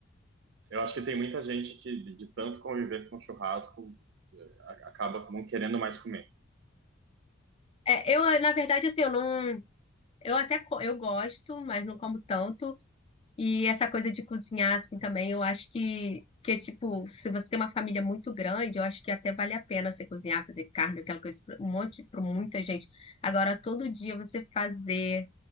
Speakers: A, on the right (about 60°); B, on the left (about 30°).
A: eu acho que tem muita gente que, de de tanto conviver com churrasco, eh, a- acaba não querendo mais comer.
B: É, eu, na verdade, assim, eu não. Eu até co- eu gosto, mas não como tanto. E essa coisa de cozinhar, assim, também, eu acho que, que, tipo, se você tem uma família muito grande, eu acho que até vale a pena você cozinhar, fazer carne, aquela coisa, pra um monte, para muita gente. Agora, todo dia você fazer